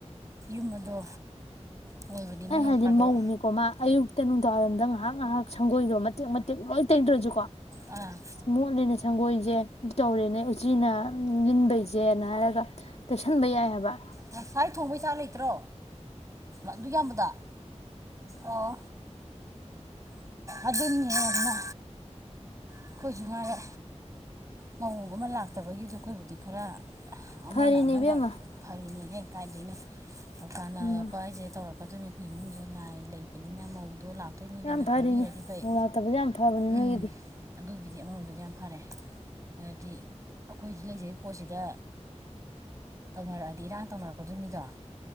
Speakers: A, on the right; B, on the left.
A: ꯌꯨꯝ ꯑꯗꯣ ꯑꯣꯏꯕꯅꯤꯅ
B: ꯑꯩ
A: ꯅꯣꯡ
B: ꯍꯥꯏꯗꯤ
A: ꯐꯥꯗꯣꯛ
B: ꯃꯧꯅꯤꯀꯣ ꯃꯥ ꯑꯌꯨꯛꯇ ꯅꯨꯡꯗꯥꯡꯋꯥꯏꯔꯣꯝꯗ ꯉꯥꯏꯍꯥꯛ ꯉꯥꯏꯍꯥꯛ ꯁꯪꯒꯣꯏꯗꯣ ꯃꯇꯦꯛ ꯃꯇꯦꯛ ꯂꯣꯏ ꯇꯩꯗ꯭ꯔꯁꯨꯀꯣ
A: ꯑꯥ
B: ꯃꯣꯠꯂꯦꯅꯦ ꯁꯪꯒꯣꯏꯁꯦ ꯇꯧꯔꯦꯅꯦ ꯎꯆꯤꯅ ꯂꯤꯟꯕꯩꯁꯦꯅ ꯍꯥꯏꯔꯒ ꯇꯩꯁꯟꯕ ꯌꯥꯏꯑꯕ
A: ꯉꯁꯥꯏ ꯊꯣꯡꯕꯩ ꯆꯥꯛ ꯂꯩꯇ꯭ꯔꯣ ꯑꯗꯨ ꯌꯥꯝꯌꯥꯝꯕꯗ ꯑꯣ ꯑꯗꯨꯅꯤꯅ ꯑꯩꯈꯣꯏꯁꯨ ꯉꯥꯏꯔ ꯃꯑꯣꯡ ꯑꯃ ꯂꯥꯛꯇꯕꯒꯤꯗꯤ ꯑꯩꯈꯣꯏꯕꯨꯗꯤ ꯈꯔ ꯑꯃꯅ
B: ꯐꯔꯤꯅꯦ
A: ꯑꯃꯅ
B: ꯏꯕꯦꯝꯃ
A: ꯐꯩꯅꯤꯉꯩ ꯀꯥꯏꯗꯣꯏꯅꯣ ꯀꯥꯟꯅꯔꯛꯄ
B: ꯎꯝ
A: ꯍꯥꯏꯁꯦ ꯇꯧꯔꯛꯀꯗꯣꯏꯅꯤ ꯑꯩꯈꯣꯏ ꯏꯃꯨꯡꯁꯨ ꯂꯥꯏ ꯂꯩꯕꯅꯤꯅ ꯃꯧꯗꯣ ꯂꯥꯛꯇꯣꯏ ꯃꯤꯗꯨꯅ
B: ꯌꯥꯝ ꯐꯔꯤꯅꯦ
A: ꯈꯪꯕꯤꯔꯗꯤ ꯐꯩ
B: ꯃꯧ ꯂꯥꯛꯇꯕꯁꯦ ꯌꯥꯝ ꯐꯕꯅꯦ
A: ꯎꯝ
B: ꯅꯣꯏꯒꯤꯗꯤ
A: ꯑꯗꯨꯒꯤꯗꯤ ꯑꯃꯔꯣꯝꯗꯗꯤ ꯌꯥꯝ ꯐꯔꯦ ꯍꯥꯏꯗꯤ ꯑꯩꯈꯣꯏꯁꯨ ꯂꯩꯖꯔꯤꯕ ꯄꯣꯠꯁꯤꯗ ꯇꯧꯅꯔꯛꯑꯗꯤ ꯏꯔꯥꯡ ꯇꯧꯅꯔꯛꯀꯗꯣꯏ ꯃꯤꯗꯣ